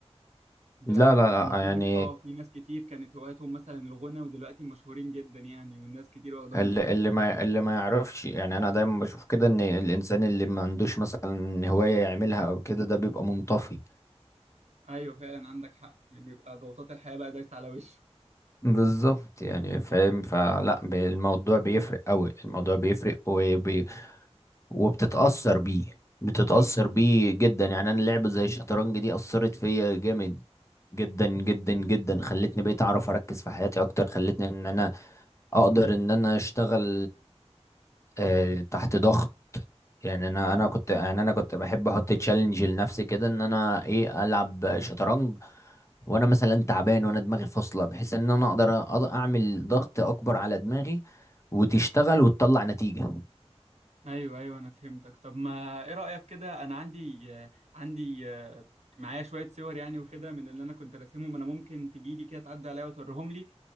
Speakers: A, on the right (about 85°); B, on the left (about 25°).
A: بالعكس
B: لا لا
A: يعني
B: لا
A: في
B: يعني
A: ناس اه في ناس كتير كانت هواياتهم مثلا الغنى ودلوقتي مشهورين جدا يعني والناس كتير واخداهم
B: اللي اللي ما اللي ما يعرفش يعني انا دايما بشوف كده ان الانسان اللي ما عندوش مثلا هواية يعملها او كده ده بيبقى منطفي
A: ايوه فعلا عندك حق يعني بيبقى ضغوطات الحياة بقى دايسة على وشه
B: بالظبط يعني فاهم فلا ب- الموضوع بيفرق قوي الموضوع بيفرق وبي وبتتأثر بيه بتتأثر
A: طب
B: بيه جدا يعني انا لعبة زي الشطرنج دي أثرت فيا جامد جدا جدا جدا خلتني بقيت اعرف اركز في حياتي اكتر خلتني ان انا اقدر ان انا اشتغل آه، تحت ضغط يعني انا انا كنت يعني انا كنت بحب احط تشالنج لنفسي كده ان انا ايه العب شطرنج وانا مثلا تعبان وانا دماغي فاصله بحيث ان انا اقدر أقدر اعمل ضغط اكبر على دماغي وتشتغل وتطلع نتيجه
A: ايوه ايوه انا فهمتك طب ما ايه رأيك كده انا عندي آه، عندي آه، معايا شوية صور يعني وكده من اللي انا كنت راسمهم انا ممكن تجيلي كده تعدي عليا وتوريهم لي